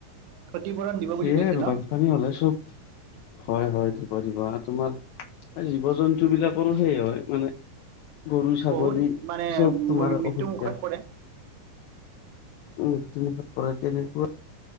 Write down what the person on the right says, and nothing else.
ক্ষতিপূৰণ দিব বুলি
কৈছে
ন
বহুত মানে
মৃত্যু
মুুখত পৰে।